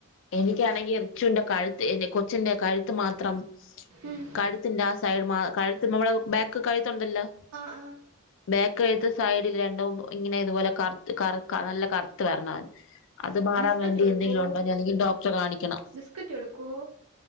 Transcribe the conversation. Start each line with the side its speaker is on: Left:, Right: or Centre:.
Left: എനിക്കാണെങ്കിൽ റിച്ചുവിന്റെ കഴുത്ത് എൻ്റെ കൊച്ചിന്റെ കഴുത്ത് കഴുത്ത് മാത്രം
Right: ഉം
Left: കഴുത്തിൻ്റെ ആ സൈഡ് മാ കഴുത്ത് നമ്മളെ ബാക്കി കഴുത്തുണ്ടല്ലോ
Right: ആഹ് ആഹ്
Left: ബാക്ക് കഴുത്ത് സൈഡിൽ രണ്ടും ഇങ്ങനെ ഇതുപോലെ കറുത്ത് കറു നല്ല കറുത്ത് വരുന്നവന് അത് മാറാൻ
Right: ബിസ്ക്കറ്റ്
Left: വേണ്ടി
Right: കൊടുക്കോ
Left: എന്തെങ്കിലും ഉണ്ടോ അല്ലങ്കിൽ ഡോക്ടറെ കാണിക്കണം
Right: ബിസ്ക്കറ്റ് കൊടുക്കോ